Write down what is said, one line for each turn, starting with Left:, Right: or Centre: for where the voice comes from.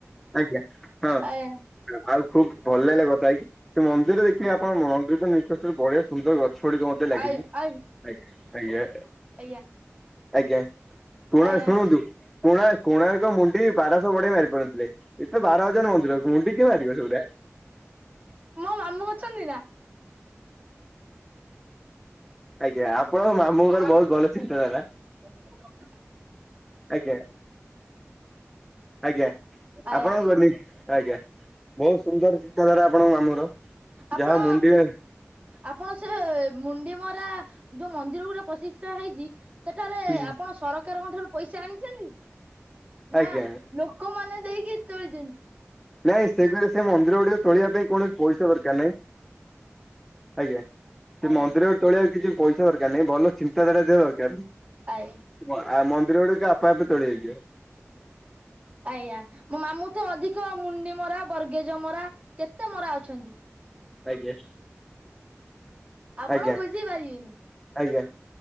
Centre: ଆଜ୍ଞା ହଁ।
Right: ଆଜ୍ଞା
Centre: ଆଉ ଖୁବ ଭଲ ଲାଗିଲା କଥା ହେଇକି ସେ ମନ୍ଦିରରେ ଦେଖିବେ ଆପଣ ମନ୍ଦିର ତ ନିଶ ବଢିଆ ସୁନ୍ଦର ଗଛ ଗୁଡିକ ମତେ ଲାଗିଛି
Right: ଆଜ୍ଞା ଆଜ୍ଞା
Centre: ଆଜ୍ଞା ଆଜ୍ଞା।
Right: ଆଜ୍ଞା।
Centre: ଆଜ୍ଞା <unintelligible> ର୍
Right: ଆଜ୍ଞା।
Centre: ଶୁଣନ୍ତୁ କୋଣାର୍ କୋଣାର୍କ ମୁଣ୍ଡି ବାରଶହ ବଢେଇ ମାରି ପାରୁନଥିଲେ ଏତେ ବାର ହଜାର ମନ୍ଦିର ମୁଣ୍ଡି କିଏ ମାରିବ ସେଗୁଡା
Right: ମୋ ମାମୁଁ ଅଛନ୍ତି ନା?
Centre: ଆଜ୍ଞା ଆପଣଙ୍କ ମାମୁଁଙ୍କର ବହୁତ ଭଲ ଚିନ୍ତାଧାରା।
Right: <unintelligible>
Centre: ଆଜ୍ଞା। ଆଜ୍ଞା
Right: ଆୟା
Centre: ଆପଣ କହନି ଆଜ୍ଞା। ବହୁତ ସୁନ୍ଦର ଚିନ୍ତାଧାରା ଆପଣଙ୍କ ମାମୁଁ ର
Right: ଆପଣ
Centre: ଯାହା ମୁଣ୍ଡି
Right: ଆପଣ ସେ ମୁଣ୍ଡିମରା ଯୋଉ ମନ୍ଦିର ଗୁଡା ପ୍ରତିଷ୍ଠା ହେଇଛି ସେଠାରେ
Centre: <unintelligible>
Right: ଆପଣ ସରକାରଙ୍କ ଠାରୁ ପଇସା ଆଣିଛନ୍ତି?
Centre: ଆଜ୍ଞା
Right: ନା ଲୋକମାନେ ଦେଇକି ତୋଳିଛନ୍ତି।
Centre: ନାଇଁ ସେପାଇଁ ସେ ମନ୍ଦିର ଗୁଡିକ ତୋଳିବା ପାଇଁ କୌଣସି ପଇସା ଦରକାର ନାହିଁ ଆଜ୍ଞା। ସେ
Right: ଆୟା
Centre: ମନ୍ଦିର ତୋଳିଆକୁ କିଛି ପଇସା ଦରକାର ନାହିଁ ଭଲ ଚିନ୍ତାଧାରା ଥିବା ଦରକାର। <unintelligible>
Right: ଆୟା
Centre: ମନ୍ଦିର ଗୁଡିକ ଆପେ ଆପେ ତୋଳି ହୋଇଯିବ।
Right: ଆଜ୍ଞା ମୋ ମାମୁଁ ତ ଅଧିକ ମୁଣ୍ଡି ମରା ବରଗେଜ ମରା କେତେ ମରା ଅଛନ୍ତି।
Centre: ଆଜ୍ଞା।
Right: ଆପଣ
Centre: ଆଜ୍ଞା
Right: ବୁଝି ପାରିବେନି
Centre: ଆଜ୍ଞା